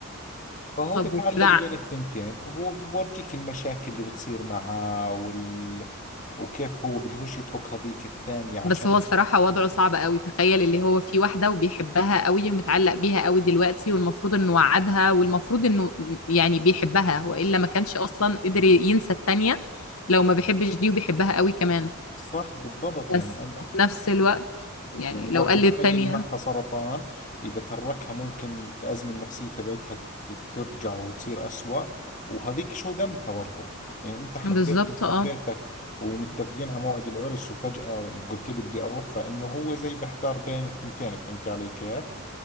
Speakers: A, on the left; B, on the left.
A: <laughs>
B: فهو
A: طب
B: بتعلق
A: وكده
B: بين الثنتين وبورجيك المشاكل اللي بتصير معاه وال... وكيف هو بدهوش يترك هذيك الثانية عشان
A: بس هو الصراحة وضعه صعب قوي تخيل اللي هو في واحدة وبيحبها قوي ومتعلق بيها قوي دلوقتي والمفروض انه وعدها والمفروض انه يعني بيحبها وإلا ما كانش أصلا قدر ينسى التانية لو ما بيحبش دي وبيحبها قوي كمان
B: صح بالضبط يعني
A: بس
B: أنا
A: وفي نفس الوقت يعني
B: يعني
A: لو
B: واحدة
A: قال
B: تخيلي
A: للتانية
B: معها سرطان إذا تركها ممكن الأزمة النفسية تبعتها ت- ترجع وتصير أسوأ وهذيك شو ذنبها برضه يعني أنت حبيتني
A: بالظبط
B: وحبيتك
A: اه
B: ومتفقين على موعد العرس وفجأة قلت لي بدي أروح فإنه هو زي بحتار بين الثنتين فهمت علي كيف؟